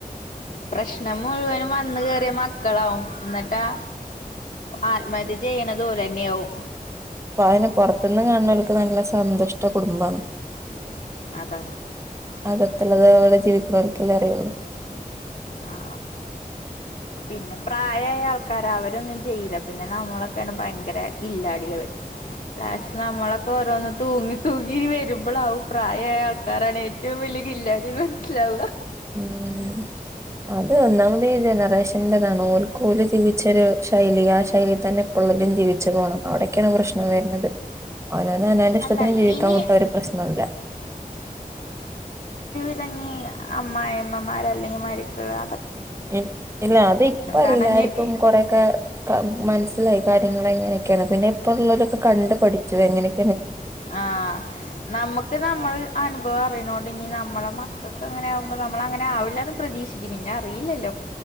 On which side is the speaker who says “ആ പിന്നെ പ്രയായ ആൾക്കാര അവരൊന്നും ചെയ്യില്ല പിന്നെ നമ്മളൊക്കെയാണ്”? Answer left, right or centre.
Left